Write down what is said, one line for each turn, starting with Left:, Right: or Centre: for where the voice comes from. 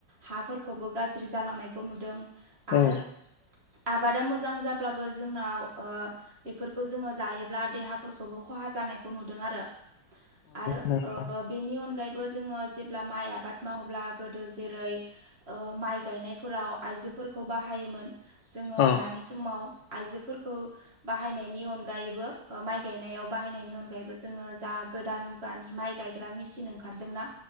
Right: हाफोरखौबो गाज्रि जालांनायखौ नुदों आरो
Left: औ
Right: आबादा मोजां जाब्लाबो जोंनाव ओ बेफोरखौ जोंङो जायोब्ला देहाफोरखौबो खहा जानायखौ नुदों आरो आरो
Left: नंगौ
Right: बेनि अनगायैबो जोंङो जेब्ला माइ आबाद मावोब्ला गोदो जेरै ओ माइ गायनायफोराव आइजोफोरखौ बाहायोमोन जोंङो
Left: औ
Right: दानि समाव आइजोफोरखौ बाहायनायनि अनगायैबो माइ गायनायाव बाहायनायनि अनगायैबो जोंङो जा गोदान मुगानि माइ गायग्रा मेसिन ओंखारदोंना